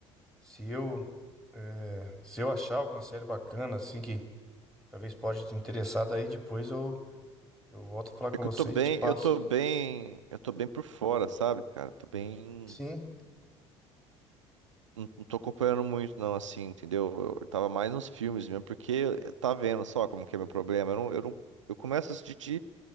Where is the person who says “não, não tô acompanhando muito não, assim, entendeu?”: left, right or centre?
Right